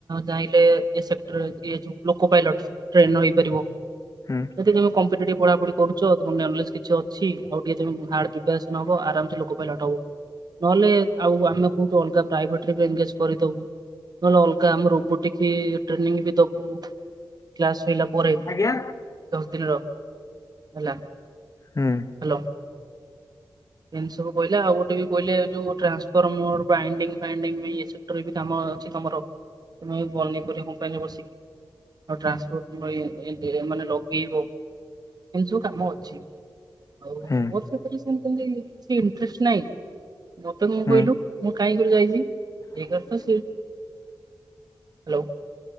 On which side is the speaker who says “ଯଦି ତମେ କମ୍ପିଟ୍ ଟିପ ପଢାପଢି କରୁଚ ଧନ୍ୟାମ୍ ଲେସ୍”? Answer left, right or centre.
Right